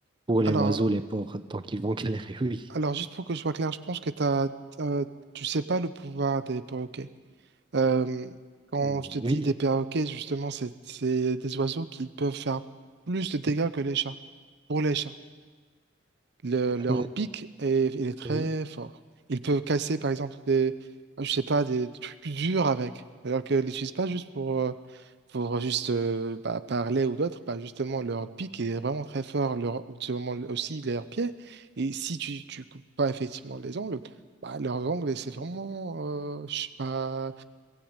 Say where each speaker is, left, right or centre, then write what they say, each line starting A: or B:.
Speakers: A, on the right (about 25°); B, on the right (about 55°).
A: pour les
B: Alors,
A: oiseaux, les porcs, donc ils vont <laughs> galérer, oui.
B: Alors, juste pour que je sois clair, je pense que t'as, euh, tu sais pas le pouvoir des perroquets. Euh, quand
A: Euh,
B: je te dis
A: Oui,
B: des perroquets, justement, c'est c'est des oiseaux qui peuvent faire plus de dégâts que les chats. Pour les chats le- leur
A: euh,
B: pic est, il est très
A: oui.
B: fort. Ils peuvent casser, par exemple, des, ah, je sais pas, des, des trucs durs avec. Alors qu'ils l'utilisent pas juste pour, euh, pour juste euh, bah, parler ou d'autres. Bah, justement, leur pic est vraiment très fort. Leur, c'est vraiment aussi leurs pieds. Et si tu, tu coupes pas effectivement les ongles, bah, leurs ongles, c'est vraiment, euh, je sais pas,